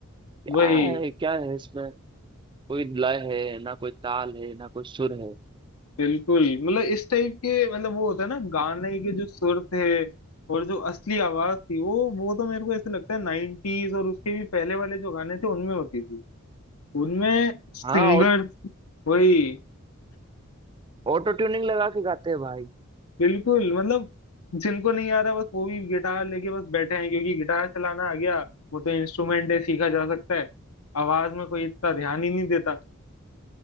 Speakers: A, on the right; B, on the left.
A: क्या
B: वही
A: है क्या है इसमें कोई लय है ना कोई ताल है ना कोई सुर है
B: बिल्कुल मतलब इस टाइप के मतलब वो होता है ना गाने के जो सुर थे और जो असली आवाज थी वो वो तो मेरे को ऐसे लगता है नाइनटीज और उसके भी पहले वाले जो गाने थे उनमें होती थी उनमें सिंगर
A: हाँ और
B: वही
A: ऑटो ट्यूनिंग लगा के गाते हैं भाई
B: बिल्कुल मतलब जिनको नहीं आ रहा बस वो भी गिटार लेके बस बैठे हैं क्योंकि गिटार चलाना आ गया वो तो इंस्ट्रूमेंट है सीखा जा सकता है आवाज में कोई इतना ध्यान ही नहीं देता